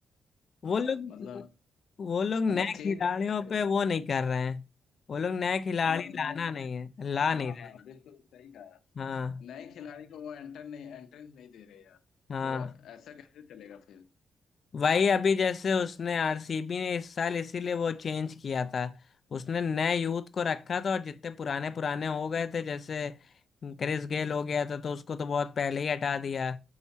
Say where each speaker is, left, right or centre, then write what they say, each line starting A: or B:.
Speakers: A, on the left; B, on the left.
A: वो
B: हाँ
A: लोग
B: मतलब
A: वो लोग नए
B: मतलब चेंज
A: खिलाड़ियों
B: नहीं करते
A: पे
B: उसमें
A: वो नहीं कर रहे हैं वो लोग नए खिलाड़ी
B: मतलब
A: लाना
B: नए
A: नहीं है ला
B: हाँ
A: नहीं रहे
B: हाँ
A: हैं।
B: बिल्कुल सही कहा
A: हाँ
B: नए खिलाड़ी को वो एंटर नहीं एंट्रेंस नहीं दे रहे यार
A: हाँ
B: तो ऐसा कैसे चलेगा फिर
A: वही अभी जैसे उसने आरसीबी ने इस साल इसीलिए वो चेंज किया था उसने नए यूथ को रखा था और जितने पुराने पुराने हो गए थे जैसे क्रिस गेल हो गया था तो उसको तो बहुत पहले ही हटा दिया